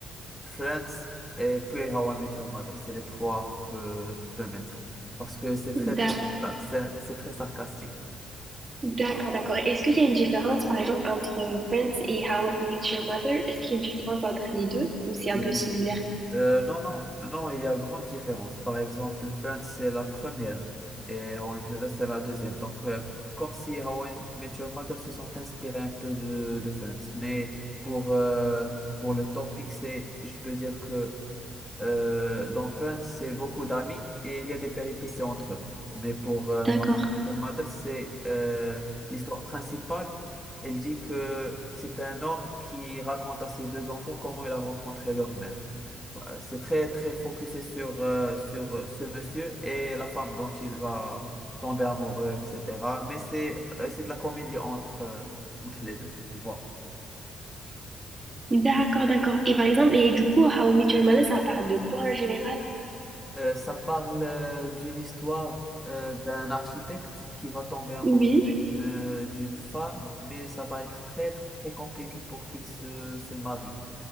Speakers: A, in the centre; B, on the right.
A: Friends et puis How I Met Your Mother. C'est les trois que je peux mettre. Parce que c'est très,
B: D'a-
A: très, sympa, c'est c'est très sarcastique.
B: D'accord, d'accord. Est-ce qu'il y a une différence, par exemple, entre Friends et How I Met Your Mother? Est-ce qu'il y a une différence entre les deux ou c'est
A: Oui.
B: un peu similaire?
A: Euh, non, non, non, il y a grande différence. Par exemple, Friends, c'est la première et How I Met Your Mother, c'est la deuxième. Donc, euh, comme si How I Met Your Mother se sont inspirés un peu de, de Friends. Mais pour, euh, pour le topic, c'est, je peux dire que Euh, dans Friends, c'est beaucoup d'amis et il y a des péripéties entre eux. Mais pour euh,
B: D'accord.
A: pour Mother, c'est euh, l'histoire principale. Elle dit que c'est un homme qui raconte à ses deux enfants comment il a rencontré leur mère. Euh, C'est très, très focusé sur, euh, sur euh, ce monsieur et la femme dont il va tomber amoureux, etc. Mais c'est euh, c'est de la comédie entre, euh, entre les deux, tu vois.
B: D'accord, d'accord. Et par exemple, et du coup, How I Met Your Mother, ça parle de quoi en général?
A: Euh, ça parle euh, d'une histoire euh, d'un architecte qui va tomber amoureux
B: Oui.
A: d'une d'une femme, mais ça va être très, très, très compliqué pour qu'il se, se marie.